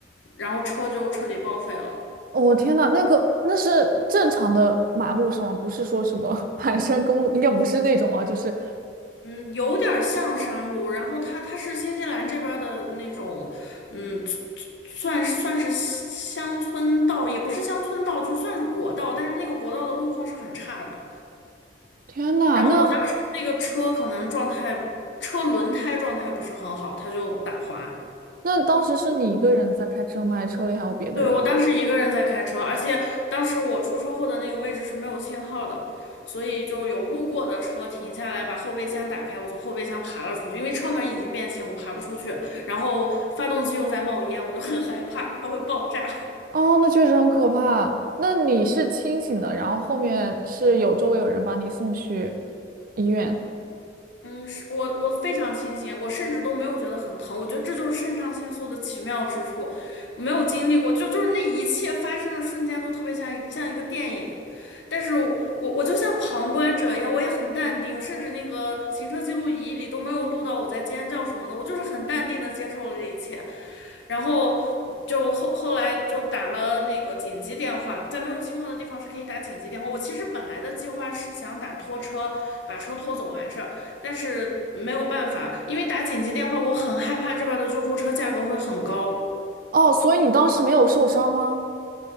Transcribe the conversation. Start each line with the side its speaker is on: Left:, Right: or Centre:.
Left: 然后车就彻底报废了。
Right: 我天呐，那个那是正常的马路上吗，不是说什么 <laughs> 盘山公路，应该不是那种啊。就是，
Left: 嗯，有点儿像山路，然后它它是新西兰这边儿的那种，嗯，算是算是乡村道，也不是乡村道，就算是国道，但是那个国道的路况是很差的。
Right: 天呐，
Left: 然后我当时那个车可能状态，
Right: 那
Left: 车轮胎状态不是很好，它就打滑。
Right: 那当时是你一个人在开车吗？还是车里还有别的人啊？
Left: 对，我当时一个人在开车，而且当时我出车祸的那个位置是没有信号的，所以就有路过的车停下来，把后备箱打开，我从后备箱爬了出去，因为车门已经变形，我爬不出去，然后发动机又在冒烟，我就很害怕，它会爆炸。<laughs>
Right: 哦，那确实很可怕。那你是清醒的，然后后面是有周围有人把你送去医院。
Left: 嗯，是我我非常清醒，我甚至都没有觉得很疼，我觉得这就是肾上腺素的奇妙之处，没有经历过，就就是那一切发生的瞬间都特别像一像一个电影，但是我我我就像旁观者一样，我也很淡定，甚至那个行车记录仪里都没有录到我在尖叫什么的，我就是很淡定的接受了这一切，然后就后后来就打了那个紧急电话，在没有信号的地方是可以打紧急电话。我其实本来的计划是想打拖车，把车拖走完事儿，但是没有办法，因为打紧急电话，我很害怕这边的救护车价格会很高。
Right: 哦，所以你当时没有受伤吗？